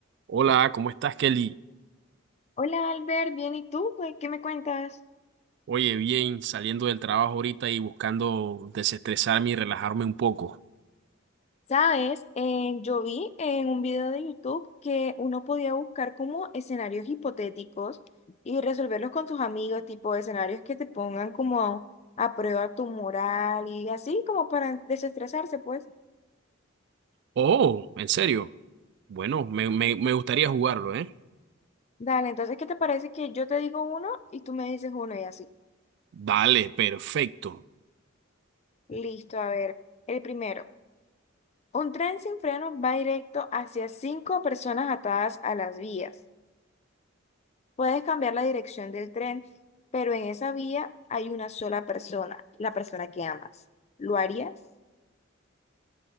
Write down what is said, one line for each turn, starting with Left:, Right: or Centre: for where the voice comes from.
Right: Hola, ¿cómo estás, Kelly?
Left: Hola Albert, bien, ¿y tú? Pues, ¿Qué me cuentas?
Right: Oye, bien, saliendo del trabajo ahorita y buscando desestresarme y relajarme un poco.
Left: Sabes, Eh, yo vi en un video de YouTube que uno podía buscar como escenarios hipotéticos y resolverlos con tus amigos, tipo escenarios que te pongan como a prueba tu moral y así como para desestresarse, pues.
Right: Oh, ¿en serio? Bueno, me, me- me gustaría jugarlo, ¿eh?
Left: Dale, entonces, ¿qué te parece que yo te digo uno y tú me dices uno y así?
Right: Dale, perfecto.
Left: Listo, a ver, el primero. Un tren sin freno va directo hacia cinco personas atadas a las vías. Puedes cambiar la dirección del tren, pero en esa vía hay una sola persona, la persona que amas. ¿Lo harías?